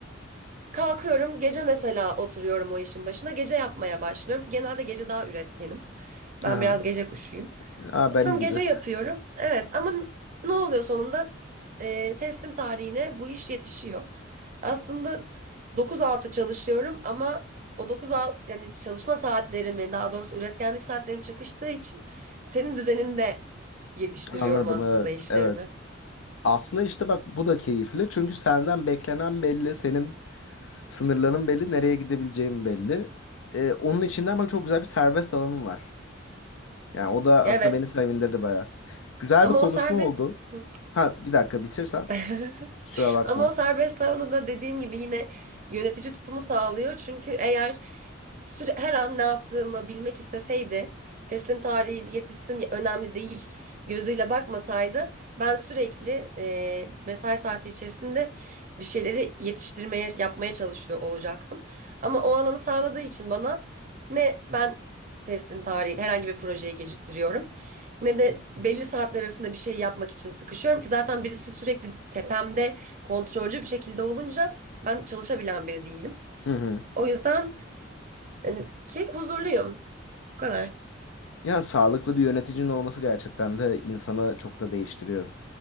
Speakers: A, on the right; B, on the left.
A: Kalkıyorum, gece mesela oturuyorum o işin başına. Gece yapmaya başlıyorum ki genelde gece daha üretkenim. Ben
B: Haha.
A: biraz gece kuşuyum.
B: Aa,
A: Oturum
B: benim gibi.
A: gece yapıyorum. Evet ama ne oluyor sonunda? Ee, teslim tarihine bu iş yetişiyor. Aslında 9 altı çalışıyorum ama o 9-6 yani çalışma saatlerimi daha doğrusu üretkenlik saatlerim çakıştığı için senin düzeninde yetiştiriyorum
B: Anladım
A: aslında
B: evet.
A: işlerimi.
B: Evet. Aslında işte bak bu da keyifli. Çünkü senden beklenen belli, senin sınırların belli, nereye gidebileceğin belli. Ee, onun içinde ama çok güzel bir serbest alanım var. Yani o da
A: Evet
B: aslında beni sevindirdi baya Güzel
A: ama
B: bir konuşma
A: o serbest.
B: oldu.
A: Hı.
B: Ha bir dakika bitirsen
A: <laughs>
B: kusura bakma.
A: Ama o serbest alanda da dediğim gibi yine yönetici tutumu sağlıyor. Çünkü eğer süre, her an ne yaptığımı bilmek isteseydi, teslim tarihi yetişsin önemli değil gözüyle bakmasaydı ben sürekli e, mesai saati içerisinde bir şeyleri yetiştirmeye, yapmaya çalışıyor olacaktım. Ama o alanı sağladığı için bana ne ben teslim tarihini herhangi bir projeyi geciktiriyorum ne de belli saatler arasında bir şey yapmak için sıkışıyorum ki zaten birisi sürekli tepemde kontrolcü bir şekilde olunca ben çalışabilen biri değilim.
B: Hı hı.
A: O yüzden hani, ki huzurluyum. Bu kadar.
B: Ya sağlıklı bir yöneticinin olması gerçekten de insanı çok da değiştiriyor.